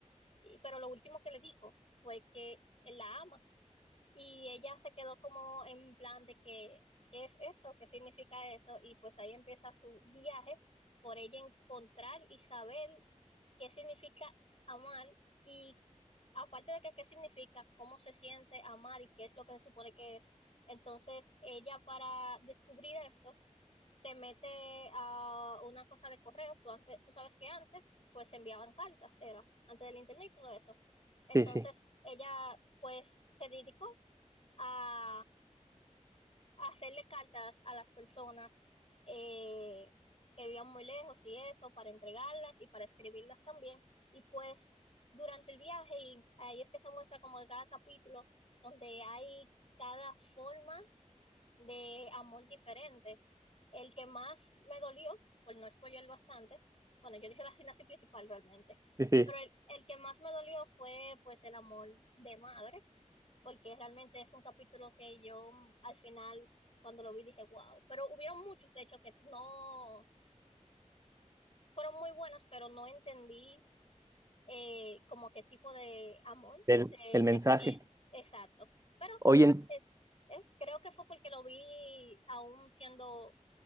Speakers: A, on the left; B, on the right.
A: y- pero lo último que le dijo fue que él la ama y ella se quedó como en plan de que, ¿qué es eso? ¿Qué significa eso? Y pues ahí empieza su viaje por ella encontrar y saber qué significa amar y aparte de que qué significa, cómo se siente amar y qué es lo que se supone que es. Entonces ella para descubrir esto se mete a una cosa de correos. Tú, antes, tú sabes que antes pues se enviaban cartas, era antes del internet y todo eso. Entonces
B: sí, sí,
A: ella pues se dedicó a a hacerle cartas a las personas eh, que vivían muy lejos y eso, para entregarlas y para escribirlas también. Y pues durante el viaje, y ahí es que se muestra como que cada capítulo, donde hay cada forma de amor diferente. El que más me dolió, por no spoilear bastante, bueno, yo dije la sinopsis principal realmente,
B: sí, sí.
A: pero el, el que más me dolió fue pues el amor de madre porque realmente es un capítulo que yo mm, al final, cuando lo vi, dije, wow. Pero hubieron muchos, de hecho, que no fueron muy buenos, pero no entendí eh, como qué tipo de amor
B: El,
A: se
B: el mensaje.
A: referían. Exacto. Pero
B: Oye,
A: es, eh, creo que fue porque lo vi aún siendo